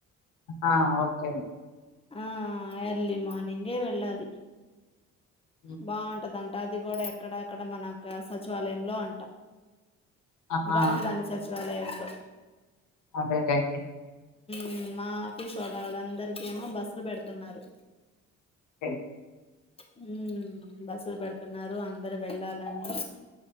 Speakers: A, on the left; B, on the left.
A: అ ఓకే అండి
B: ఆ ఎర్లీ మార్నింగే వెళ్ళాలి
A: హ్మ్.
B: బాగుంటదంట అది కూడా ఎక్కడ అక్కడ మన క్ సచివాలయంలో అంట
A: ఆహా
B: రాజధాని సచివాలయంలో
A: అదే చేయండి
B: మ్ మా ఆఫీస్ వడ ఆడు అందరికేమో బస్లు పెడుతున్నారు
A: అహ
B: మ్ బస్సులు పెడుతున్నారు అందరు వెళ్ళాలని